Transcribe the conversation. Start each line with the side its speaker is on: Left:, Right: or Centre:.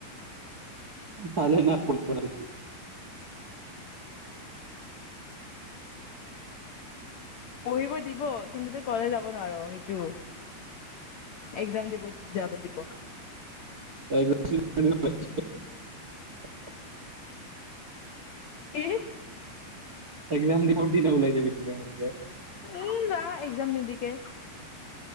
Right: ভালে না পৰিব নালাগে
Left: পঢ়িব দিব কিন্তু তই কলে যাব নোৱাৰ সেইটো একজাম দিব যাব দিব
Right: <unintelligible>
Left: কি
Right: একজাম দিব ওলাই যাবি নহলে
Left: উম বা এক্সাম নিদিকে